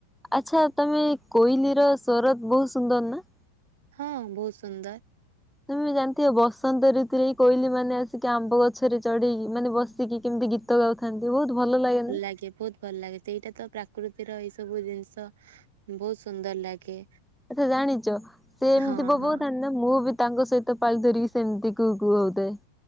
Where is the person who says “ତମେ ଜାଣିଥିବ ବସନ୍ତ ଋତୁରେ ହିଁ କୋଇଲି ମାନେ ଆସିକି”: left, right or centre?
Centre